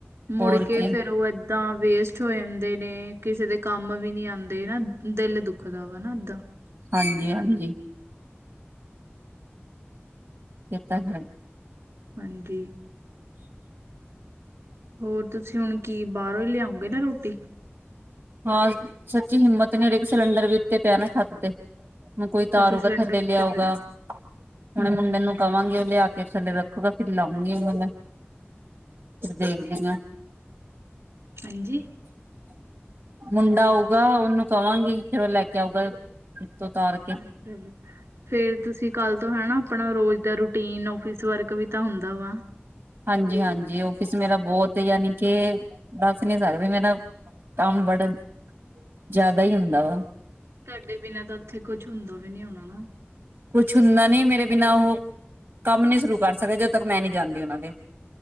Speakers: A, on the right; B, on the right.
A: ਮੁੜ
B: ਹੋਰ
A: ਕੇ
B: ਕੀ
A: ਫੇਰ ਉਹ ਏ ਤਾ ਵੇਸਟ ਹੋ ਜਾਂਦੇ ਨੇ ਕਿਸੇ ਦੇ ਕੰਮ ਵੀ ਨਹੀ ਆਉਂਦੇ ਨਾ ਦਿਲ ਦੁੱਖ ਵਾ। <unintelligible>
B: ਹਾਂਜੀ, ਹਾਂਜੀ। ਕਿੱਦਾਂ ਕਰ।
A: ਹਾਂਜੀ। ਹੋਰ ਤੁਸੀਂ ਹੁਣ ਕੀ ਬਾਹਰੋਂ ਹੀ ਲਿਆਉਗੇ ਨਾ ਰੋਟੀ?
B: ਹਾਂ ਸੱਚੀ ਹਿੰਮਤ ਨਹੀ ਰਹੀ ਸਿਲੰਡਰ ਵੀ ਤੇ ਪਿਆ ਨਾ ਛਤ ਤੇ। ਕੋਈ ਉਤਾਰੂਗਾ,
A: ਅੱਛਾ ਸਿਲੰਡਰ
B: ਥੱਲੇ
A: ਉੱਤੇ
B: ਲਿਆਊਗਾ।
A: ਪਿਆ
B: ਹੁਣੇ
A: ਹੂੰ
B: ਮੁੰਡੇ ਨੂੰ ਕਵਾਂਗੇ ਉਹ ਲਿਆ ਕੇ ਥੱਲੇ ਰੱਖੂਗਾ ਫਰ ਲਾਉਂ ਗਈ ਮੈਂ। ਫੇਰ ਦੇਖਦੀ ਹੈ।
A: ਹਾਂਜੀ।
B: ਮੁੰਡਾ ਆਊਗਾ ਉਹਨੂੰ ਕਵਾਂਗੀ ਫੇਰ ਉਹ ਲੈ ਕੇ ਆਊਗਾ, ਉਤਾਰ ਕੇ।
A: ਅੱਛਾ ਫੇਰ ਤੁਸੀਂ ਕੱਲ ਤੋਂ ਹੈਨਾ। ਆਪਣਾ ਰੋਜ਼ ਦਾ ਰੂਟੀਨ ਔਫਿਸ ਵਰਕ ਵੀ ਤਾਂ ਹੁੰਦਾ ਵਾ।
B: ਹਾਂਜੀ, ਹਾਂਜੀ ਔਫਿਸ ਮੇਰਾ ਬਹੁਤ ਯਾਨੀ ਕਿ ਦੱਸ ਨਹੀਂ ਸਕਦੇ ਮੇਰਾ ਕੰਮ ਬੜਾ ਜ਼ਿਆਦਾ ਹੀ ਹੁੰਦਾ ਵਾ।
A: ਤੁਹਾਡੇ ਬਿਨਾਂ ਤਾਂ ਉੱਥੇ ਕੁਛ ਹੁੰਦਾ ਵੀ ਨੀ ਹੋਣਾ ਨਾ।
B: ਕੁਛ ਹੁੰਦਾ ਨੀ ਮੇਰੇ ਬਿਨਾਂ ਉਹ ਕੰਮ ਨੀ ਸ਼ੁਰੂ ਕਰ ਸਕਦੇ ਜਦੋਂ ਤੱਕ ਮੈਂ ਨਹੀਂ ਜਾਂਦੀ ਉਹਨਾਂ ਦੇ।